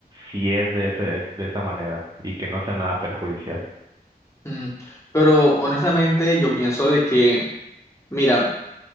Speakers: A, on the right; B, on the left.
A: si es de ese, es de esa manera y que no sea nada perjudicial.
B: Mm, Pero honestamente yo pienso de que, mira,